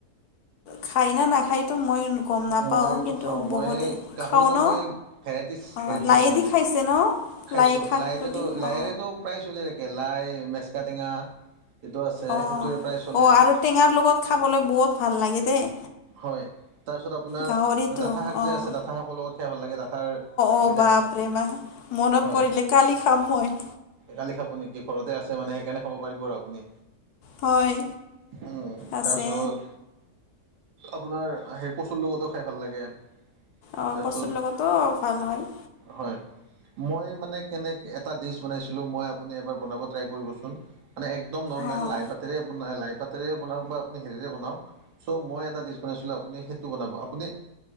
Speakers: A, on the left (about 75°); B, on the right (about 85°).
A: খায় না নাখায় তো মই গম নাপাওঁ
B: মইতো
A: কিন্তু
B: খাওঁ মই
A: বহুতে
B: গাহৰিটো
A: খাওঁ ন।
B: মই ভেৰাইটিছ
A: অ
B: হেৰিত
A: লাইদি
B: খাইছোঁ মানে।
A: খাইছে ন
B: খাইছোঁ
A: লাই শাকতো
B: লাইতেতো
A: দি
B: লাইৰেতো
A: অ
B: প্ৰায় চলি থাকে লাই মেচকাটেঙা যিটো আছে
A: অঁ
B: সেইটোও প্ৰায় চলে।
A: অঁ আৰু টেঙাৰ লগত খাবলৈ বহুত ভাল লাগে দেই।
B: হয় তাৰপিছত আপোনাৰ
A: গাহৰিটো
B: ডাঠা শাক
A: অঁ
B: যে আছে ডাঠা শাকৰ লগত খাই ভাল লাগে ডাঠাৰ।
A: অ
B: এইকেইটা
A: বাহ ৰে বাহ মনত
B: হয়
A: পৰিলে কালি খাম মই।
B: কালি খাব নেকি ঘৰতে আছে মানে সেইকাৰণে খাব পাৰিব আৰু আপুনি।
A: হয়
B: উম
A: আছে
B: তাৰপিছত, আপোনাৰ সেই কচুৰ লগতো খাই ভাল লাগে।
A: অ
B: তাৰপিছত
A: কচুৰ লগতো ভাল হয়।
B: হয়। মই মানে কেনে এটা ডিছ বনাইছিলোঁ মই আপুনি এবাৰ বনাব ট্ৰাই কৰিবচোন, মানে একদম নৰ্মেল
A: অঁ
B: লাই পাতেৰে লাই পাতেৰে বনাওঁক, বা আপুনি হেৰিৰে বনাওঁক চ' মই এটা ডিছ বনাইছিলোঁ আপুনি সেইটো বনাব আপুনি।